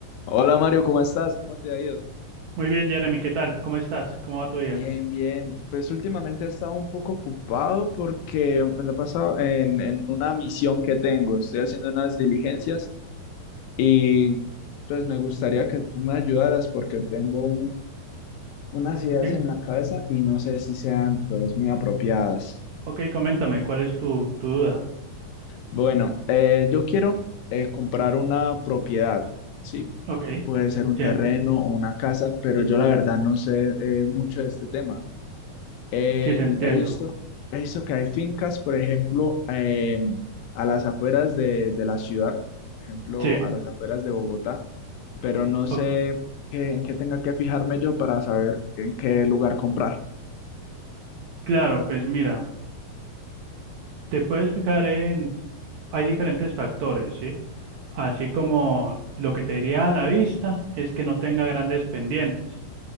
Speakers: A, on the left (about 80°); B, on the right (about 75°).
A: Hola Mario, ¿cómo estás? ¿Cómo te ha ido?
B: Muy bien, Jeremy, ¿qué tal? ¿Cómo estás? ¿Cómo va tu día?
A: Bien, bien. Pues últimamente he estado un poco ocupado porque me la he pasado en, en una misión que tengo. Estoy haciendo unas diligencias y pues me gustaría que tú me ayudaras porque tengo un- unas ideas
B: Sí,
A: en la cabeza y no sé si sean pues muy apropiadas.
B: ok, coméntame, ¿cuál es tu, tu duda?
A: Bueno, eh, yo quiero eh, comprar una propiedad, ¿sí?
B: Ok,
A: Puede ser un
B: sí,
A: terreno
B: ente-
A: o una casa, pero yo la verdad no sé eh, mucho de este tema. En-
B: sí, te entiendo.
A: he visto, he visto que hay fincas, por ejemplo, eh, a las afueras de, de la ciudad, por ejemplo,
B: Sí,
A: a las afueras de Bogotá, pero no sé
B: o-
A: qué- en qué tenga que fijarme yo para saber en qué lugar comprar.
B: claro, pues mira, te puedes fijar en, hay diferentes factores, ¿sí? Así como lo que te diría a la vista es que no tenga grandes pendientes,